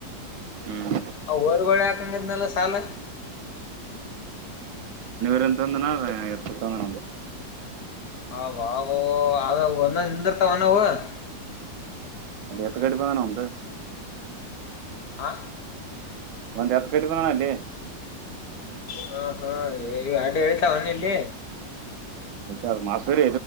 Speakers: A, on the right; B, on the left.
A: ಹ್ಮ್
B: ಹಾ, ಹೋದ ವಾರ ಯಾಕು, ಹಂಗಿದ್ದನು, ಸಾಲ. <inaudible>
A: ಈತಾಂಧನ, ಹೇತುತಣ್ಣಾ. <inaudible>
B: ಹಾವು ಹಾವೊವೊ, ಒಂದು ನಿಂತಿರುತ್ತಾನವ, ಅವು. <inaudible>
A: ಎತ್ತು ಗಾಡಿ ತಾನೆ ಅವನ್ದು. <inaudible>
B: ಆ. <inaudible>
A: ಒಂದ್, ಹತುಗಡ್ಡಿ, ಅಲ್ಲಿ. <inaudible>
B: ಹಾ, ಹಾ, ಅಡ್ಡಿ, ಹೇಳ್ತ, ಇವನಲ್ಲಿ. <inaudible>
A: ಆ ಮಾಡ್ಸಿಬಿಡಿ,